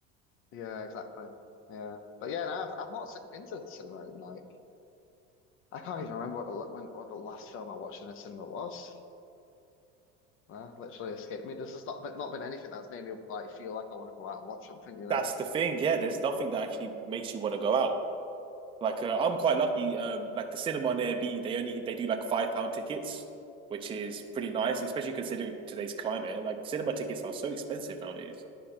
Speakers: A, on the left; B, on the right.
A: Yeah, exactly. Yeah. But yeah, no, I've I've not s- been to the cinema in like I can't even remember what the la- when what the last film I watched in a cinema was. Nah, literally escaped me. This has not been, not been anything that's made me like feel like I want to go out and watch something, you
B: That's
A: know?
B: the thing. Yeah, there's nothing that actually makes you want to go out. Like uh, I'm quite lucky. Um, like the cinema near B, they only they do like five pound tickets, which is pretty nice, especially considering today's climate. Like cinema tickets are so expensive nowadays.